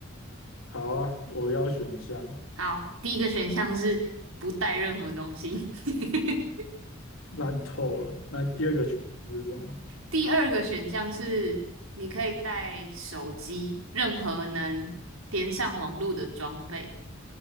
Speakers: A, on the left (about 70°); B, on the right (about 80°).
A: 好啊，我要选项。
B: 好，第一个选项是不带任何东西。<laughs>
A: 烂透了。那第二个选项是什么？
B: 第二个选项是你可以带手机，任何能连上网络的装备。